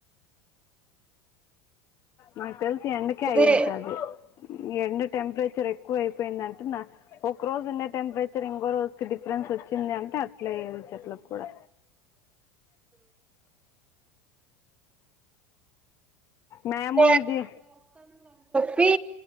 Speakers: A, on the left; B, on the right.
A: మా <unintelligible> ఎందుకే
B: అదే
A: అయింటది ఎండడు టెంపరేచర్ ఎక్కువ అయిపోయింది అంటే నా ఒక రోజున్న టెంపరచర్ ఇంకో రోజుకి డిఫరెన్స్ వచ్చింది అంటే అట్లే ఏయ వచ్చట్ల కూడా
B: <inaudible>
A: మేము ఇది
B: పి